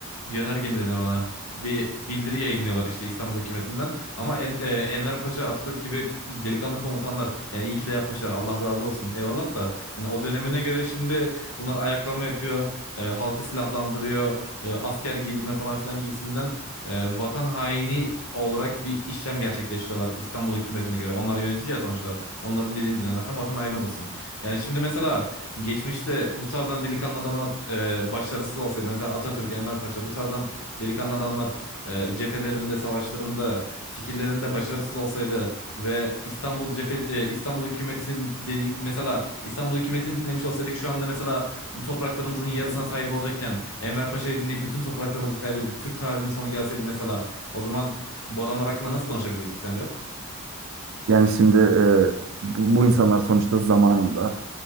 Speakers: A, on the left; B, on the right.
A: yönerge mi denir ona? bir bildiri yayınlıyorlar işte İstanbul hükümetinden. Ama En- e, Enver Paşa, Atatürk gibi delikanlı komutanlar yani iyi ki de yapmışlar. Allah razı olsun. Eyvallah da yani o dönemine göre şimdi bunlar ayaklanma yapıyor, e, halkı silahlandırıyor, e, asker giydirme falan filan gibisinden e, vatan haini olarak bir işlem gerçekleştiriyorlar İstanbul hükümetine göre. Onlar yönetici ya sonuçta. Onların dediğini dinlemezsen vatan haini olursun. Yani şimdi mesela geçmişte bu tarzdan delikanlı adamlar e, başarısız olsaydı mesela Atatürk, Enver Paşa bu tarzdan Delikanlı adamlar e, cephelerinde, savaşlarında, fikirlerinde başarısız olsaydı ve İstanbul cephe, e, İstanbul hükümetinin dedi- mesela İstanbul hükümetini dinlemiş olsaydık şu anda mesela bu topraklarımızın yarısına sahip olacakken Enver Paşa'yı dinleyip bütün topraklarımızı kaybedip Türk tarihinin sonu gelseydi mesela o zaman bu adamlar hakkında nasıl konuşabilecektik sence?
B: Yani şimdi e, bu, bu insanlar sonuçta zamanında